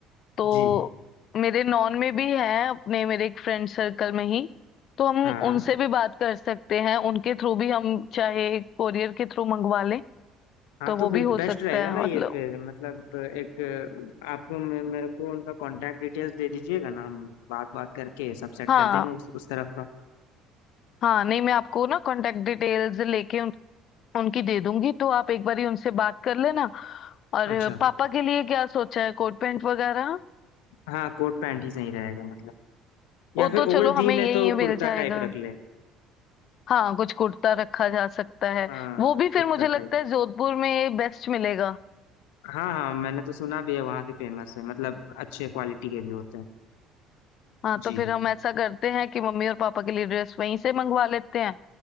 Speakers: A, on the left; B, on the left.
A: तो
B: जी
A: मेरे नॉन में भी है अपने मेरे एक फ्रेंड सर्कल में ही तो हम
B: हाँ
A: उनसे
B: हाँ
A: भी बात कर सकते हैं उनके थ्रू भी हम चाहे कोरियर के थ्रू मंगवा लें
B: हाँ
A: तो वो
B: तो बेस्ट
A: भी हो सकता
B: रहेगा
A: है
B: ना ये
A: मतलब
B: फिर मतलब एक आप मे- मेरे को उनका कांटेक्ट डिटेल्स दे दीजिएगा ना हम बात बात करके सब सेट
A: हाँ
B: कर देंगे उस उस तरफ का
A: हाँ नहीं मैं आपको ना कांटेक्ट डिटेल्स लेके उन, उनकी दे दूंगी तो आप एक बारी उनसे बात कर लेना और
B: अच्छा
A: पापा के लिए क्या सोचा है कोट पैंट वगैरह
B: हाँ कोट पैंट ही सही रहेगा मतलब या
A: वो
B: फिर
A: तो चलो
B: ओल्ड दी
A: हमें
B: में
A: यही
B: तो कुर्ता
A: मिल जाएगा
B: टाइप रख ले
A: हाँ कुछ कुर्ता रखा जा सकता है
B: हाँ
A: वो भी फिर
B: कुर्ता
A: मुझे लगता
B: टाइप
A: है जोधपुर में बेस्ट मिलेगा
B: हाँ हाँ मैंने तो सुना भी है वहाँ के फेमस है मतलब अच्छे क्वालिटी के भी होते हैं
A: हाँ तो
B: जी
A: फिर हम ऐसा करते हैं कि मम्मी और पापा के लिए ड्रेस वहीं से मंगवा लेते हैं